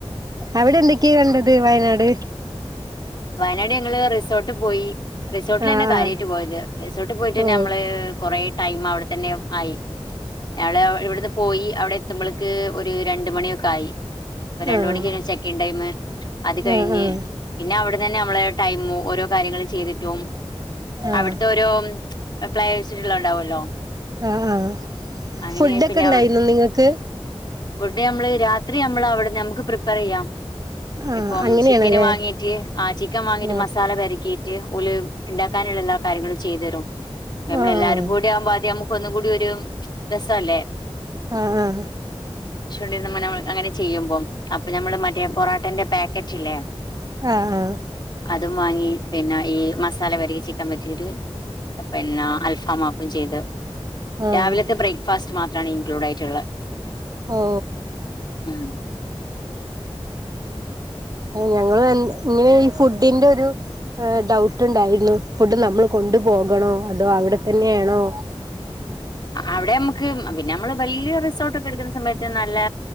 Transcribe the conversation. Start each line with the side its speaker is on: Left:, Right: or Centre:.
Right: അവിടെ എന്തെക്കെയാ കണ്ടത് വയനാട്
Left: വയനാട് ഞങ്ങള് റിസോർട്ട് പോയി റിസോർട്ടിലെന്നെ
Right: ആഹ്
Left: കാര്യായിട്ട്
Right: ആഹ്
Left: പോയത് റിസോർട്ട് പോയിട്ടന്നെ
Right: ഓ
Left: മ്മള് കൊറേ ടൈമ് അവിടെത്തന്നെ ആയി ഞാള് ഇവിട്ന്ന് പോയി അവിടെ എത്തുമ്പളെക്ക് ഒര് രണ്ട്മണിയൊക്കെ ആയി പ്പൊ രണ്ട്
Right: ആഹ്
Left: മണിക്കേനി ചെക്കിങ്ങ് ടൈമ് അത് കഴിഞ്ഞ്
Right: ആഹ് ആഹ്
Left: ഇ അവ്ട്ന്നന്നെ നമ്മള് ടൈമോ ഓരോ കാര്യങ്ങള് ചെയ്തി ട്ടും
Right: ആഹ്
Left: അവ്ട്ത്തെ ഓരോ പ്ലൈയേഴ്സ്കള്ണ്ടാവാെല്ലോ
Right: ആഹ് ആഹ്
Left: അങ്ങനെ
Right: ഫുഡൊക്കെ
Left: പിന്നെ
Right: ഉണ്ടായിരുന്നോ
Left: അവ്ട്
Right: നിങ്ങൾക്ക്
Left: ഫുഡ് ഞമ്മള് രാത്രി ഞമ്മളവ്ട്ന്ന് നമ്ക്ക് പ്രിപ്പേറെയ്യാം
Right: ആഹ്
Left: ഇപ്പം
Right: അങ്ങനെയാണല്ലേ
Left: ചിക്കന് വാങ്ങി ട്ട് ആ ചിക്കം വാങ്ങീട്ട്
Right: ആഹ്
Left: മസാല പെരക്കി ക്കെ ഓല് ഉണ്ടാക്കാനുള്ള എല്ലാ കാര്യങ്ങളും ചെയ്തു തരും അപ്പൊ നമ്മളെല്ലാരും
Right: ആഹ്
Left: കൂടി ആവുമ്പോ അദ്യ നമൂ അപ്പം ഒന്നും കൂടി ഒരു രസ അല്ലേ
Right: ആ ആ
Left: <unintelligible> അങ്ങനെ ചെയ്യുമ്പോം അപ്പൊ ഞമ്മള് മറ്റേ പൊറട്ടേന്റെ പേ ക് പേക്കറ്റില്ലേ
Right: ആ ആ
Left: അതും വാങ്ങി പിന്നെ ഈ മസാല വരിക ചിക്കൻ പരറ്റിട്ട് പിന്നെ അൽഫാ മാകും ചെയ്ത്
Right: ആഹ്
Left: രാവിലത്തെ
Right: ആഹ്
Left: ബ്രേക്ക്ഫാസ്റ്റ് മാത്രം ഇൻക്ലൂഡ് ആയിട്ടുള്ളത്
Right: ഓ
Left: ഉം
Right: ഞങ്ങള് ഇങ്ങനെ ഈ ഫുഡിന്റെ ഒരു ഡൗട്ട് ഉണ്ടായിരുന്നു ഫുഡ് നമ്മൾ കൊണ്ടു പോകണോ അതോ അവിടെ തന്നൊണോ
Left: അവിടെ നമുക്ക് പിന്നെ നമ്മള് വലിയ റിസോർട്ട ഒക്കെ എടുക്കുന്ന സമയത്ത് നല്ല